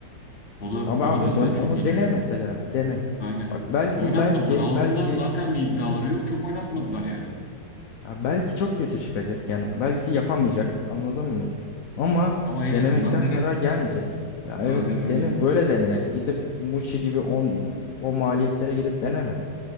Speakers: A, on the left; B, on the left.
A: O da
B: Ama
A: o
B: abi
A: da mesela
B: don-
A: çok
B: onu
A: iyi
B: dene
A: çocuk.
B: mesela, dene.
A: Aynen.
B: Bak belki
A: Oynatmadılar.
B: belki
A: Aldılar.
B: belki
A: Zaten bir iddiaları yok. Çok oynatmadılar yani.
B: ya belki çok kötü çıkacak yani belki yapamayacak anladın mı? Ama
A: Ama en
B: denemekten
A: azından dene.
B: zarar gelmeyecek. Ya evet
A: Aynen öyle.
B: dene böyle dene. Gidip Muşi gibi on, o maliyetlere girip deneme.